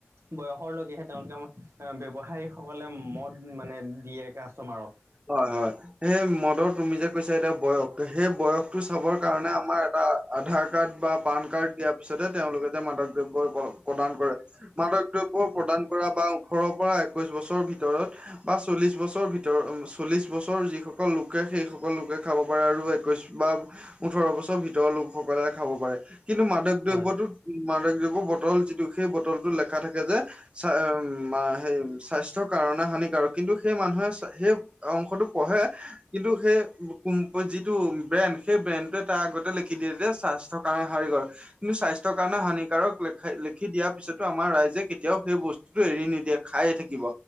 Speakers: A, on the right (about 85°); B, on the right (about 25°).
A: বয়সৰ লৈকেহে তেওঁলোকে ব্যৱসায়ীসকলে মদ মানে দিয়ে কাষ্টমাৰক।
B: হয় হয়। সেই মদৰ তুমি যে কৈছা এতিয়া বয়স সেই বয়সতটো চাবৰ কাৰণে আমাৰ এটা আধাৰ কাৰ্ড বা পান কাৰ্ড দিয়াৰ পিছতহে তেওঁলোকে যে মাদক দ্ৰব্য কৰক। প্ৰদান কৰে মাদক দ্ৰব্য প্ৰদান কৰা বা ওঠৰৰ পৰা একৈশ বছৰৰ ভিতৰত বা চল্লিশ বছৰ ভিতৰ উম চল্লিছ বছৰ যিসকল লোকে সেইসকল লোকে খাব পাৰে আৰু একৈছ বা ওঠৰ বছৰ ভিতৰৰ লোকসকলে খাব পাৰে কিন্তু মাদক দ্ৰব্যটোত
A: হয়
B: মাদক দ্ৰব্যৰ বটল যিটো সেই বটলটোত লেখা থাকে যে, চা উ মা হেৰি স্বাস্থ্যৰ কাৰণে হানিকাৰক কিন্তু সেই মানুহে সেই অংশটো পঢ়ে কিন্তু সেই কোম যিটো ব্ৰেণ্ড সেই ব্ৰেণ্ডটোৱে তাৰ আগতে লিখি দিয়ে যে স্বাস্থ্য কাৰ হাৰিকৰ কিন্তু স্বাস্থ্য কাৰণে হানিকাৰক লে লিখি দিয়াৰ পিছতো আমাৰ ৰাইজে কেতিয়াও সেই বস্তু টো এৰি নিদিয়ে খায়ে থাকিব